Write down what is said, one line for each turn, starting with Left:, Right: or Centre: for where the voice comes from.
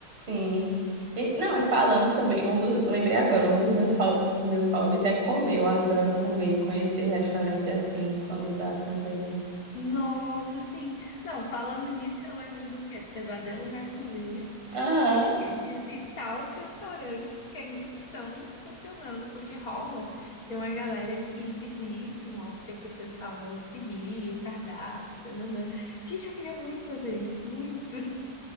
Right: Sim. E, não, e falando também, um do, lembrei agora, um dos meus, ho- meus hobbies é comer. Eu adoro comer, conhecer restaurante assim, quando dá também.
Left: Nossa, sim. Não, falando nisso, eu lembro do quê? Pesadelo na cozinha.
Right: Aham.
Left: E o quê? Visitar os restaurantes que ainda estão funcionando, porque rola. Tem uma galera que visita e mostra que o pessoal seguir, o cardápio, tananã. Gente, eu queria muito fazer isso, muito.